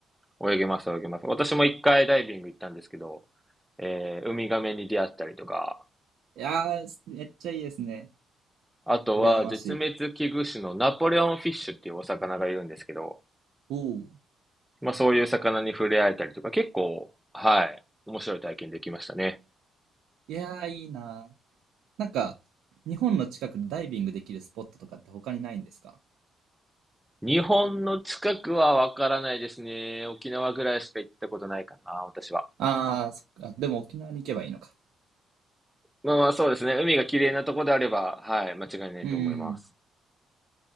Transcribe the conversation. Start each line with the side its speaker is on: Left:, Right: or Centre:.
Centre: 泳げます、泳げます。私も一回ダイビング行ったんですけど、えーウミガメに出会ったりとか、
Right: いやー、めっちゃいいですね。
Centre: あとは絶滅危惧種のナポレオンフィッシュっていうお魚がいるんですけど、
Right: 羨ましい。おお。
Centre: まあそういう魚に触れ合えたりとか、結構、はい、面白い体験できましたね。
Right: いやー、いいなー。なんか、日本の近くでダイビングできるスポットとかって他にないんですか
Centre: 日本の近くはわからないですね。沖縄ぐらいしか行ったことないかな、私は。
Right: ああー、そっか。でも沖縄に行けばいいのか。
Centre: まあまあそうですね。海が綺麗なとこであれば、はい、間違いないと思います。
Right: うん。